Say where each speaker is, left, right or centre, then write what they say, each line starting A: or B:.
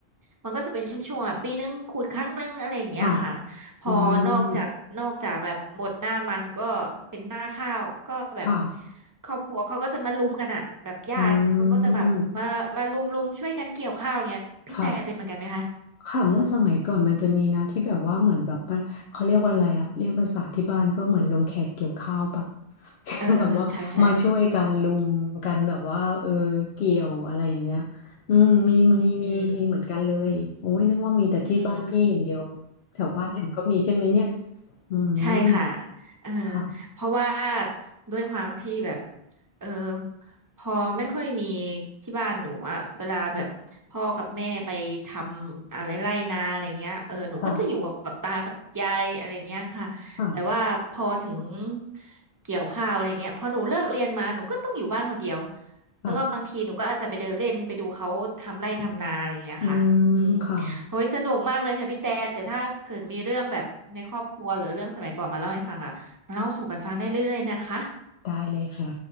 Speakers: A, on the right; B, on the left.
A: มันก็จะเป็นช่วงๆอ่ะปีนึงคุยครั้งนึงอะไรอย่างเงี้ยค่ะ
B: ค่ะ
A: พอนอกจากนอกจากแบบหมดหน้ามันก็เป็นหน้าข้าวก็แบบ
B: อืมค่ะ
A: ครอบครัวเขาก็จะมาลุมกันอ่ะแบบญาติเขาก็จะแบบมามาลุมลุมช่วยกันเกี่ยวข้าวเงี้ยพี่แต่เป็นเหมือนกันไหมคะ
B: อืมค่ะ ค่ะเมื่อสมัยก่อนมันจะมีนะที่แบบว่าเหมือนแบบว่าเขาเรียกว่าอะไรอะเรียกภาษาที่บ้านก็เหมือนลงแขกเกี่ยวข้าวปะ <laughs>
A: เออเออใช่ใช่
B: แบบว่ามาช่วยกันลุมกันแบบว่าเออเกี่ยวอะไรอย่างเงี้ยอืมมีมีมีมีเหมือนกันเลยโอ้ยนึกว่ามีแต่ที่บ้านพี่อย่างเดียว
A: อืมอืมอืม
B: แถวบ้านแอมก็มีใช่ไหมเนี่ยอืม
A: ใช่ค่ะเออ
B: ค่ะ
A: เพราะว่าด้วยความที่แบบเออพอไม่ค่อยมีที่บ้านหนูอะเวลาแบบพ่อกับแม่ไปทำอะไรไร่นาอะไรเงี้ยเออหนูก็จะอยู่กับตากับยายอะไรเงี้ยค่ะแต่ว่าพอถึง
B: ค่ะค่ะค่ะ
A: เกี่ยวข้าวอะไรเงี้ยพอหนูเลิกเรียนมาหนูก็ต้องอยู่บ้านคนเดียว
B: ค่ะ
A: แล้วก็บางทีหนูก็อาจจะไปเดินเล่นไปดูเขาทำไร่ทำนาอะไรเงี้ยค่ะอืม
B: อืมค่ะ
A: โอ้ยสนุกมากเลยค่ะพี่แต่แต่ถ้าเกิดมีเรื่องแบบในครอบครัวหรือเรื่องสมัยก่อนมาเล่าให้ฟังอ่ะเล่าสู่กันฟังได้เรื่อยๆนะคะ
B: ได้เลยค่ะ